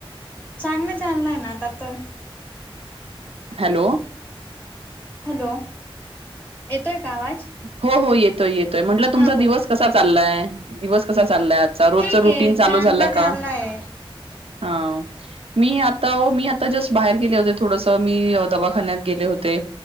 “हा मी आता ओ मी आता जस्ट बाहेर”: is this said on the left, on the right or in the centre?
Right